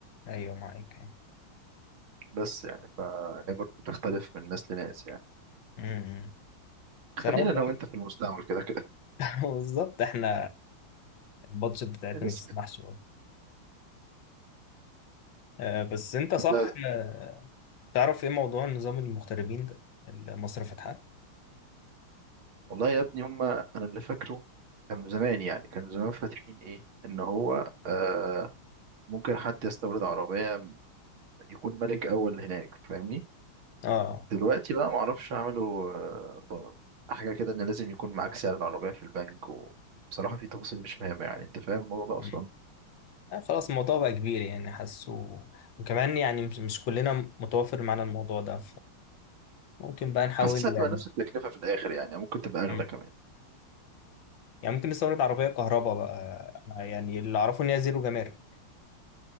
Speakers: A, on the left; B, on the right.
A: أيوة معاك يعني
B: بس يعني فهي برضو بتختلف من ناس لناس يعني
A: مم. بس
B: خلينا
A: أنا والله
B: أنا وأنت في المستعمل كده كده
A: <laughs> بالظبط احنا البادجت بتاعتنا
B: <laughs> لسه
A: ما تسمحش برضه. آه، بس انت صح
B: انت
A: آه، تعرف ايه موضوع نظام المغتربين ده اللي مصر فاتحاه؟
B: والله يا ابني هما انا اللي فاكره كان زمان يعني كان زمان فاتحين ايه ان هو آه ممكن حد يستورد عربية يكون ملك اول هناك فاهمني
A: اه
B: دلوقتي بقى معرفش عملوا آه حاجة كده ان لازم يكون معاك سعر العربية في البنك وبصراحة في تفاصيل مش فاهمة يعني انت فاهم الموضوع ده
A: مم.
B: اصلا
A: آه، خلاص الموضوع بقى كبير يعني حاسه وكمان يعني مش مش كلنا متوافر معانا الموضوع ده فممكن بقى نحاول
B: حاسسها هتبقى نفس
A: نس-
B: التكلفة في الاخر يعني ممكن تبقى اغلى
A: مم.
B: كمان
A: يعني ممكن نستورد عربية كهرباء بقى أنا يعني اللي أعرفه إن هي زيرو جمارك